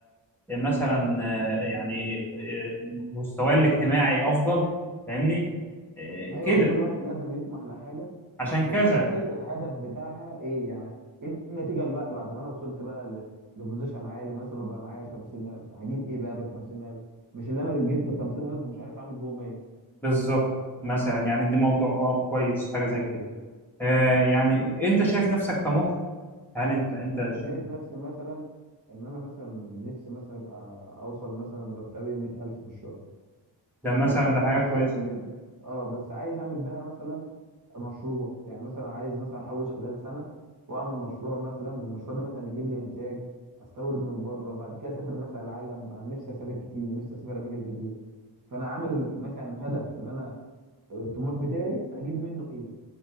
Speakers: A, in the centre; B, on the right.
A: مثلا آه، يعني آه، مستواي الاجتماعي افضل فاهمني آه،
B: ايوه
A: كده
B: كل واحد لازم يطمح لحاجه
A: عشان
B: بس
A: كذا
B: يبقى عارف الهدف بتاعها ايه يعني ايه النتيجه اللي بقى بعد ما انا وصلت بقى ل- لبوزيشن عالي مثلا وبقى معايا 50000 هجيب ايه بقى بال 50000 مش اللي انا جبت 50000 ومش عارف اعمل بيهم ايه
A: بالظبط مثلا يعني دي موضوع اه كويس حاجه زي كده آه، يعني انت شايف نفسك طموح هل انت انت
B: أنا
A: شايف-
B: شايف نفسي مثلا ان انا مثلا نفسي مثلا ابقى اوصل مثلا مرتبي 100000 في الشهر
A: ده مثلا
B: مع
A: ده حاجه
B: انا شايف
A: كويسه
B: ان اه بس عايز اعمل بها مثلا مشروع يعني مثلا عايز مثلا احوش خلال سنه واعمل مشروع مثلا المشروع ده مثلا يجيب لي انتاج استورد من بره بعد كده اسافر مثلا العالم انا نفسي اسافر كتير نفسي اسافر اماكن كتير فانا عامل مثلا هدف اللي انا الطموح بتاعي هجيب منه ايه